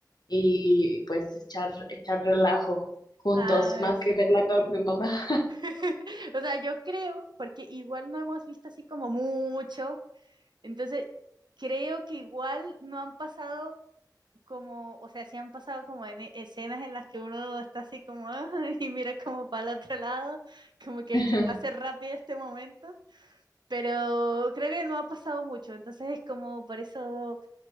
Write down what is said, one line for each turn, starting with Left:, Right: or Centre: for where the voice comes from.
Left: y, y, pues echar, echar relajo juntos,
Right: Ah,
Left: más
Right: sí.
Left: que verla con mi mamá.
Right: <laughs> O sea, yo creo, porque igual no hemos visto así como mucho, Entonces, creo que igual no han pasado como, o sea, sí han pasado como en e- escenas en las que uno está así como "Ah", <laughs> y mira como para el otro lado, como que,
Left: <laughs>
Right: que pase rápido este momento, pero creo que no ha pasado mucho, entonces es como por eso